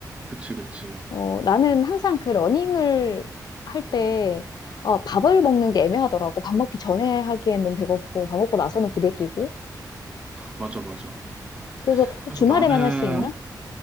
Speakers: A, on the right (about 15°); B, on the left (about 70°).
A: 그치, 그치.
B: 어, 나는 항상 그 러닝을 할 때, 어, 밥을
A: 음,
B: 먹는 게 애매하더라고. 밥 먹기 전에 하기엔 너무 배고프고, 밥 먹고 나서는 부대끼고.
A: 맞아, 맞아.
B: 그래서
A: 그래서
B: 어, 주말에만
A: 나는,
B: 할 수 있나?